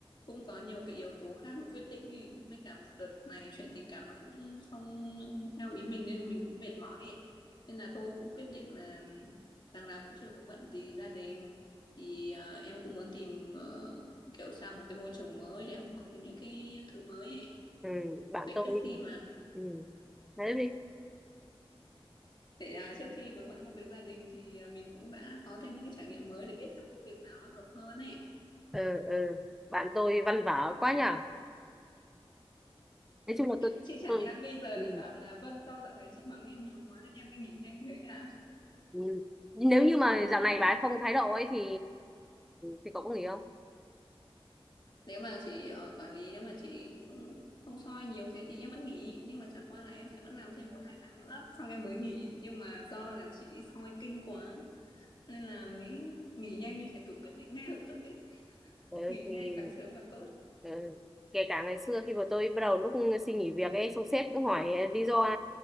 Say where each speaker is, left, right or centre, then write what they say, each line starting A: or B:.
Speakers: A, on the left (about 50°); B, in the centre.
A: cũng có nhiều cái yếu tố khác nó quyết định ấy mấy cả một đợt này chuyện tình cảm nó cũng không theo ý mình nên mình cũng mệt mỏi ấy. nên là thôi cũng quyết định là đằng nào cũng chưa vướng bận gì gia đình thì à, em cũng muốn tìm ờ, kiểu sang một cái môi trường mới để học hỏi thêm những cái thứ mới ấy.
B: Ừ. Bạn
A: để
B: tôi.
A: trước khi mà
B: Ừ. Nói đi.
A: để à, trước khi vướng bận công việc gia đình thì à, mình cũng đã có thêm những cái trải nghiệm mới để biết xem công việc nào nó hợp hơn ấy
B: Ừ. Ừ. Bạn tôi văn vở quá nhở. Nói chung là tôi.
A: chị chả
B: tôi...
A: nhẽ bây giờ
B: Ừ.
A: lại bảo là vâng do dạo này chị mắng em nhiều quá nên em mới nghỉ nhanh thế à
B: Ừ. Nếu như mà dạo này bà ấy không thái độ ấy thì thì cậu có nghỉ không?
A: nếu mà chị ờ, quản lý nếu mà chị không không soi nhiều thế thì em vẫn nghỉ nhưng mà chẳng qua là em sẽ vẫn làm thêm một hai tháng nữa xong em mới nghỉ nhưng mà do là chị soi kinh quá nên là mới nghỉ nhanh như thế kiểu quyết định ngay lập tức ấy
B: Ừ,
A: nghỉ
B: thì
A: ngay càng sớm càng tốt
B: ừ. Kể cả ngày xưa khi mà tôi bắt đầu lúc xin nghỉ việc ấy xong sếp cũng hỏi lý do